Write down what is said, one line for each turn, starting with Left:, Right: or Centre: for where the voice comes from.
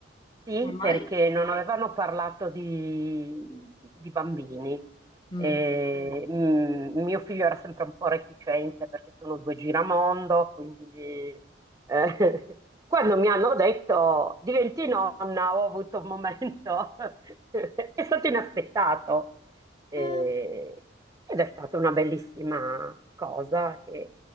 Right: Sì,
Left: Come mai?
Right: perché non avevano parlato di, di bambini.
Left: Mm.
Right: E, mm, mio figlio era sempre un po' reticente perché sono due giramondo, quindi eh, <laughs> quando mi hanno detto diventi nonna, ho avuto un momento, <laughs> è stato inaspettato E-
Left: Eh,
Right: ed è stata una bellissima cosa che